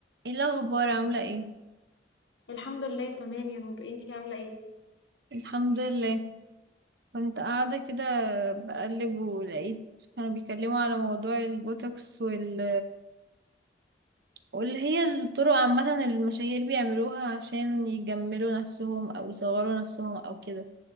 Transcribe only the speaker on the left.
الحمد لله تمام يا نور انتي عامله ايه